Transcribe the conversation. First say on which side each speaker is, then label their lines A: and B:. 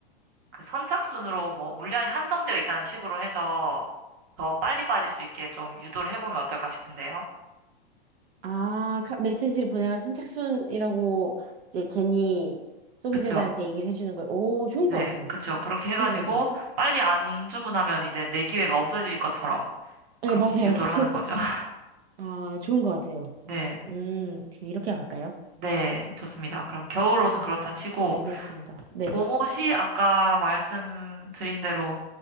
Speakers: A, on the right; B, on the right.
A: 그 선착순으로 뭐 물량이 한정되어 있다는 식으로 해서 더 빨리 빠질 수 있게 좀 유도를 해보면 어떨까 싶은데요.
B: 아, 카- 메시지를 보내가지고 선착순이라고 이제 괜히 소비자들한테
A: 그쵸.
B: 얘기를 해주는 거예요. 오, 좋은
A: 네,
B: 것 같아요.
A: 그쵸. 그렇게 해가지고,
B: 좋은 것 같아요.
A: 빨리 안 주문하면 이제 내 기회가 없어질 것처럼
B: 네,
A: 그렇게
B: 맞아요.
A: 유도를
B: <laughs>
A: 하는 거죠. <laughs>
B: 아, 좋은 것 같아요.
A: 네,
B: 음, 그럼 이렇게 갈까요?
A: 네, 좋습니다. 그럼 겨울 옷은 그렇다
B: 네,
A: 치고,
B: 알겠습니다. 네,
A: 보못이 아까 말씀드린 대로